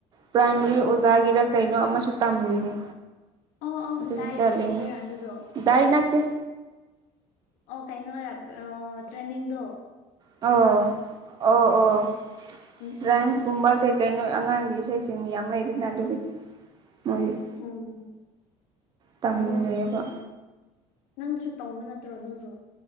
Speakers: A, on the right; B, on the left.
A: ꯄ꯭ꯔꯥꯏꯃꯔꯤ ꯑꯣꯖꯥꯒꯤꯔ ꯀꯩꯅꯣ ꯑꯃꯁꯨ ꯇꯝꯂꯤꯅꯤ
B: ꯑꯣ ꯑꯣ
A: ꯑꯗꯨ ꯑꯗꯨꯝ
B: ꯗꯥꯏ
A: ꯆꯠꯗꯥꯥꯏꯅꯠꯇ
B: ꯑꯣꯏꯗꯣꯏꯔꯥ ꯑꯗꯨꯗꯣ ꯑꯣ ꯀꯩꯅꯣ ꯇ꯭ꯔꯦꯟꯅꯤꯡꯗꯣ
A: ꯑꯣ ꯑꯣ ꯑꯣ
B: ꯎꯝ ꯎꯝ
A: ꯔꯥꯏꯝꯁꯀꯨꯝꯕ
B: ꯎꯝ ꯈꯪꯉꯦ
A: ꯀꯩꯀꯩꯅꯣ ꯑꯉꯥꯡꯒꯤ ꯏꯁꯩꯁꯤꯡ ꯃꯤ ꯌꯥꯝ ꯂꯩꯗꯅ ꯑꯗꯨꯒꯤ ꯃꯣꯏ
B: ꯎꯝ
A: ꯇꯝꯂꯦꯕ
B: ꯑꯗꯣ ꯎꯝ ꯅꯪꯁꯨ ꯇꯧꯕ ꯅꯠꯇ꯭ꯔꯣ ꯅꯣꯏꯗꯣ